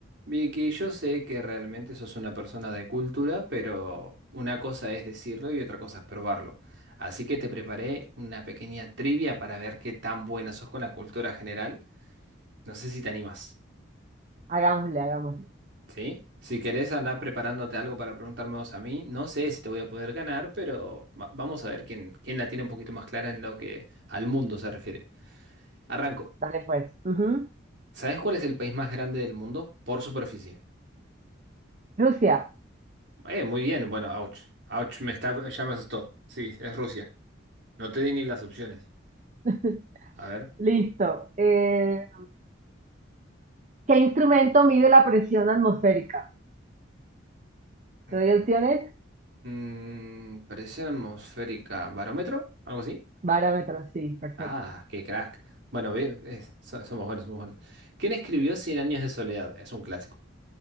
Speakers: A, on the right; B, on the right.
A: Vicky, yo sé que realmente sos una persona de cultura, pero una cosa es decirlo y otra cosa es probarlo. Así que te preparé una pequeña trivia para ver qué tan buena sos con la cultura general. No sé si te animas,
B: Hagámosle, hagámosle.
A: ¿sí? Si querés andar preparándote algo para preguntarme vos a mí, no sé si te voy a poder ganar, pero va- vamos a ver quién, quién la tiene un poquito más clara en lo que al mundo se refiere. Arranco.
B: Dale pues. Ujú.
A: ¿Sabés cuál es el país más grande del mundo por superficie?
B: Rusia.
A: Eh, muy bien, bueno, ouch. Ouch, me está, ya me asustó. Sí, es Rusia. No te di ni las opciones.
B: <laughs>
A: A ver.
B: Listo. Eh, ¿qué instrumento mide la presión atmosférica?
A: Mm,
B: ¿Te doy opciones?
A: mm, presión atmosférica, barómetro, algo así.
B: Barómetro, sí, perfecto.
A: Ah, qué crack. Bueno, ve- es- so- somos buenos, somos buenos. ¿Quién escribió Cien años de soledad? Es un clásico.